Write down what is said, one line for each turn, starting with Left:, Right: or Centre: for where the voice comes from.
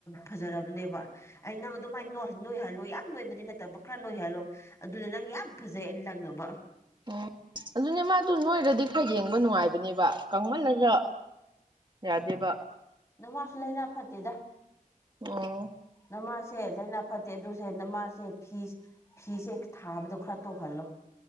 Left: ꯐꯖꯔꯕꯅꯦꯕ ꯑꯩ ꯅꯪ ꯑꯗꯨꯃꯥꯏꯅ ꯅꯣꯏꯍꯜꯂꯣꯏ ꯌꯥꯝ ꯅꯣꯏꯕ ꯗꯤ ꯅꯠꯇꯕ ꯈꯔ ꯅꯣꯏ ꯍꯥꯏꯂꯣ ꯑꯗꯨꯅ ꯅꯪ ꯌꯥꯝ ꯐꯖꯩ ꯑꯩꯅ ꯅꯪꯅꯕ
Right: ꯑꯣ ꯑꯗꯨꯅ ꯃꯥ ꯑꯗꯨ ꯅꯣꯏꯗ꯭ꯔꯗꯤ ꯈꯔ ꯌꯦꯡꯕ ꯅꯨꯡꯉꯥꯏꯕꯅꯦꯕ ꯀꯪꯃꯜꯂꯖꯣ ꯌꯥꯗꯦꯕ
Left: ꯅꯋꯥꯁꯨ ꯂꯩꯅꯥ ꯐꯠꯇꯦꯗ
Right: ꯎꯝ
Left: ꯅꯃꯥꯁꯦ ꯂꯩꯅꯥ ꯐꯠꯇꯦ ꯑꯗꯨꯁꯦ ꯅꯃꯥꯁ ꯁꯦ ꯐꯤꯁ ꯐꯤꯁꯦ ꯈ ꯊꯥꯕꯗꯣ ꯈꯔ ꯇꯣꯛꯍꯜꯂꯣ